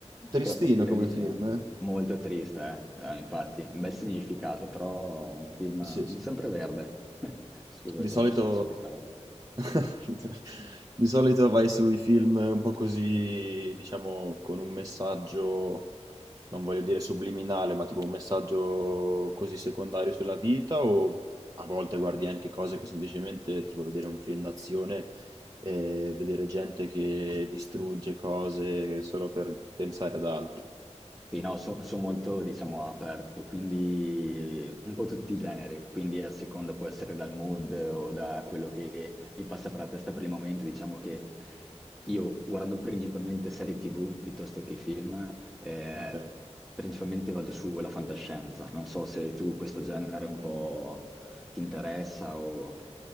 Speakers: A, on the right (about 30°); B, in the centre.
A: Tristino
B: con la prof di religione.
A: come film, eh?
B: Molto triste, eh. Eh, Infatti, un bel significato, però un film,
A: Sì, sì.
B: un sempreverde. <laughs> Scusa
A: Di
B: il controsenso
A: solito
B: di parola.
A: <laughs> di solito vai sui film un po' così,
B: <laughs>
A: diciamo, con un messaggio, non voglio dire subliminale, ma tipo un messaggio così secondario sulla vita, o a volte guardi anche cose che semplicemente, tipo vedere un film d'azione e vedere gente che distrugge cose solo per pensare ad altro.
B: Sì, no, so- sono molto, diciamo, aperto, quindi un po' tutti i generi, quindi a seconda può essere dal mood o da quello che mi passa per la testa per il momento, diciamo che io guardando principalmente serie TV piuttosto che film, eh,
A: Ok.
B: principalmente vado sulla fantascienza, non so se tu questo genere un po' ti interessa o